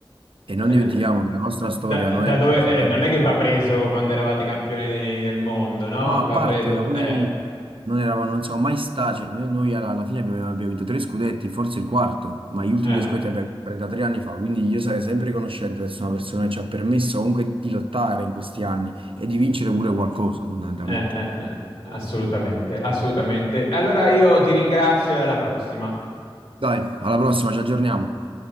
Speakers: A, on the right (about 70°); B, on the left (about 75°).
A: e non
B: Eh,
A: dimentichiamo che la nostra
B: Da,
A: storia non
B: da
A: è
B: dove,
A: così
B: eh,
A: tanto.
B: non è che va preso quando eravate campioni de- del mondo, no?
A: No, a
B: Va
A: parte,
B: preso...
A: ma poi
B: eh,
A: non eravamo, non siamo mai stati, cioè, noi noi alla, alla fine abbiamo, abbiamo vinto tre scudetti, forse il quarto, ma gli ultimi
B: eh,
A: due scudetti li abbiamo vinto 33 anni fa, quindi io sarei sempre riconoscente di essere una persona che ci ha permesso comunque di lottare in questi anni e di vincere pure qualcosa, fondamentalmente.
B: eh, eh, eh. Assolutamente, assolutamente. E Allora io ti ringrazio e alla prossima.
A: Dai, alla prossima, ci aggiorniamo.